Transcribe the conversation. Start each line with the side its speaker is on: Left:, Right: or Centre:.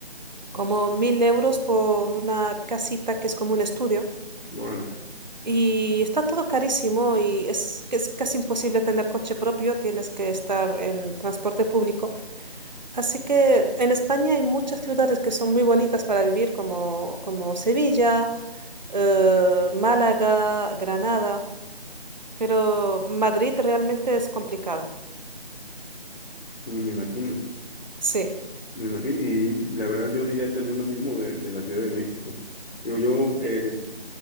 Right: como mil euros por una casita que es como un estudio.
Left: órale,
Right: Y está todo carísimo y es, que es casi imposible tener coche propio, tienes que estar en transporte público. Así que en España hay muchas ciudades que son muy bonitas para vivir, como, como Sevilla, eh, Málaga, Granada, pero Madrid realmente es complicado.
Left: Mm, me imagino,
Right: Sí,
Left: me imagino. Y la verdad yo diría también lo mismo de, de la Ciudad de México. Digo, yo eh,
Right: sí,